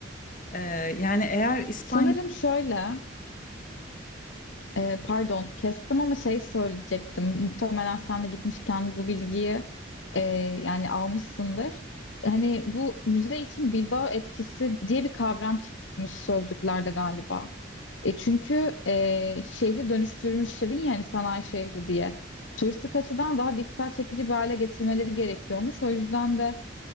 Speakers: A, on the left; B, on the left.
A: E, yani eğer İspanya
B: Sanırım şöyle. Ee, pardon, kestim ama şey söyleyecektim. Muhtemelen sen de gitmişken bu bilgiyi e, yani almışsındır. Hani bu müze için Bilbao etkisi diye bir kavram çıkmış sözlüklerde galiba. E çünkü e, şehri dönüştürmüş dedin yani sanayi şehri diye. Turistik açıdan daha dikkat çekici bir hale getirmeleri gerekiyormuş. O yüzden de